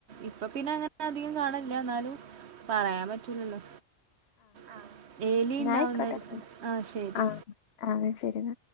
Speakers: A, on the right (about 60°); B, on the left (about 60°).
A: ഇപ്പൊ പിന്നെ അങ്ങനെ അധികം കാണില്ല എന്നാലും പറയാം. പറ്റുലല്ലോ? ആഹ് എലി
B: എന്നാ
A: ഉണ്ടാവുന്നടുത്ത്
B: ആയിക്കോട്ടെ
A: ആഹ് ശരി
B: ആഹ് ആഹ് ശരി എന്നാ